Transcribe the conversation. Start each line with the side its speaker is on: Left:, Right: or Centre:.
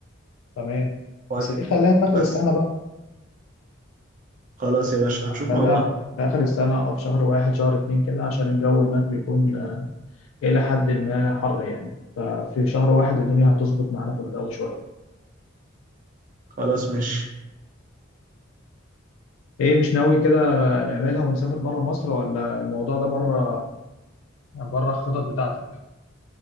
Left: تمام
Right: وبعد
Left: بس دي خليها في اخر
Right: بس
Left: السنه بقى
Right: خلاص يا باشا هنشوف
Left: خليها
Right: مع بعض
Left: في آخر السنة أو في شهر واحد شهر اتنين كده عشان الجو هناك بيكون آه، إلى حد ما حر يعني ففي شهر واحد الدنيا هتظبط معانا في الجو شوية
Right: خلاص ماشي
Left: إيه مش ناوي كده نعملها ونسافر بره مصر ولا الموضوع ده بره بره الخطط بتاعتك؟